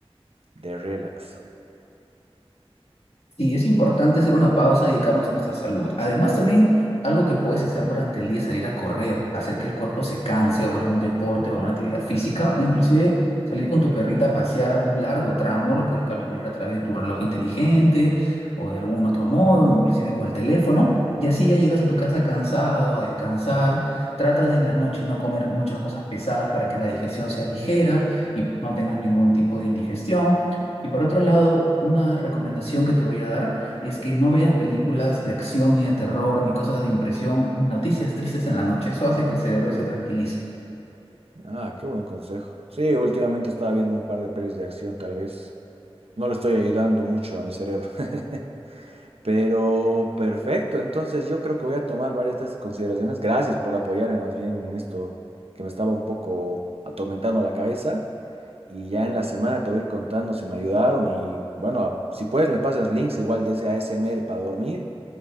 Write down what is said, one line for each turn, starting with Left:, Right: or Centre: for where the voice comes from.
Right: de relax.
Left: Sí, es importante hacer una pausa y dedicarnos a nuestra salud. Además, también algo que puedes hacer durante el día es salir a correr, hacer que el cuerpo se canse o algún deporte o alguna actividad física, o inclusive salir con tu perrita a pasear un largo tramo, lo puedes calcular a través de tu reloj inteligente o de algún otro modo, inclusive con el teléfono, y así ya llegas a tu casa cansado, a descansar. Trata de en las noches no comer muchas cosas pesadas para que la digestión sea ligera y no tengas ningún tipo de indigestión. Y por otro lado, una recomendación que te voy a dar es que no veas películas de acción, ni de terror, ni cosas de impresión, ni noticias tristes en la noche. Eso hace que el cerebro se tranquilice.
Right: Ah, qué buen consejo. Sí, últimamente estaba viendo un par de pelis de acción, tal vez no le estoy ayudando mucho a mi cerebro. <laughs> Pero perfecto, entonces yo creo que voy a tomar varias de estas consideraciones. Gracias por apoyarme más bien en esto que me estaba un poco atormentando la cabeza. Y ya en la semana te voy a ir contando si me ayudaron y bueno, si puedes me pasas links igual de ese ASMR para dormir,